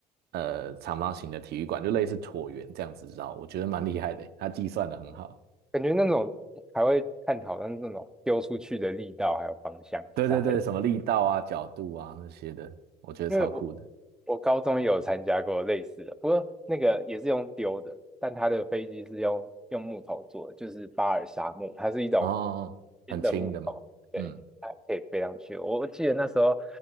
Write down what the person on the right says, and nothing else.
呃长方形的体育馆，就类似椭圆这样子绕，我觉得蛮厉害的，它计算的很好。
对对对，
什么力道啊、角度啊那些的，我觉得超酷的。
哦，哦哦很轻的嘛。
嗯，